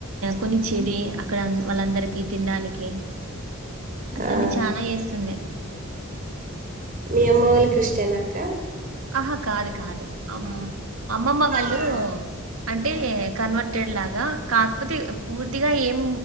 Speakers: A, on the right (about 75°); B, on the right (about 40°).
A: కొనిచ్చేది అక్కడ వాళ్ళందరికీ తినడానికి అట్లన్నీ
B: ఆ
A: చాలా చేస్తుండే
B: మీ అమ్మ వాళ్ళ క్రిస్టియనాక్క
A: ఉమ్. ఆహా కాదు కాదు అ అమ్మమ్మ వాళ్ళు
B: ఆ
A: అంటే కన్వర్టెడ్ లాగా కాకపోతే పూర్తిగా ఏం